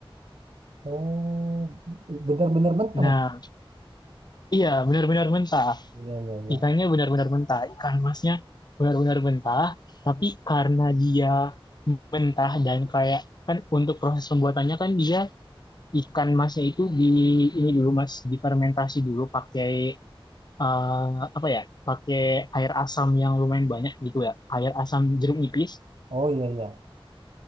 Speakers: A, on the right; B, on the left.
A: Oh, benar-benar mentah.
B: Nah, iya benar-benar mentah.
A: Iya iya iya.
B: Ikannya benar-benar mentah. Ikan masnya benar-benar mentah, tapi karena dia mentah dan kayak kan untuk proses pembuatannya kan dia ikan masnya itu di ini dulu Mas, difermentasi dulu pakai eh, apa ya pakai air asam yang lumayan banyak gitu ya air asam jeruk nipis
A: Oh iya iya.